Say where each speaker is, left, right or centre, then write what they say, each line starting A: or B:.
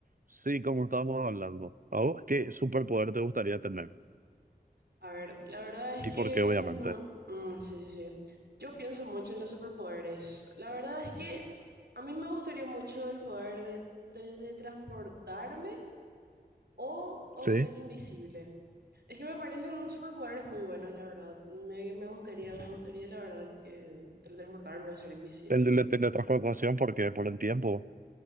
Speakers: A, on the right (about 55°); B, on the right (about 70°).
A: Sí, como estábamos hablando. ¿A vos qué superpoder te gustaría tener?
B: A ver, la verdad es
A: ¿Y
B: que...
A: por qué, obviamente?
B: mm, mm, sí, sí, sí. Yo pienso mucho en los superpoderes. La verdad es que a mí me gustaría mucho el poder de teletransportarme o, o
A: Sí,
B: ser invisible. Es que me parecen superpoderes muy buenos, la verdad. Me, me gustaría, me gustaría, la verdad, que teletransportarme o ser invisible.
A: el de la teletransportación, porque por el tiempo.